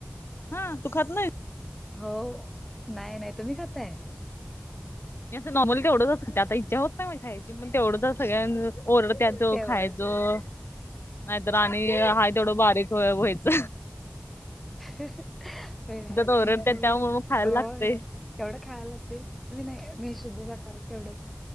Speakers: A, on the left (about 65°); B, in the centre.
A: हा तू खात नाही?
B: हो, नाही नाही तुम्ही खाताय?
A: मी असं नॉर्मली तेवढच आता इच्छा होत नाही खायची पण तेवढच सगळ्यांना ओरडत्यात. तो
B: तेवढंच
A: खायचो नाहीतर आणि हा तेवडं बारीक व्हायच.
B: मी नाही,
A: ओरडतात
B: तेवढंच
A: त्यामुळे मग खायला
B: होय.
A: लागतंय.
B: तेवढं खायला लागते, मी नाही मी शुद्धशाकाहारी. तेवढंच,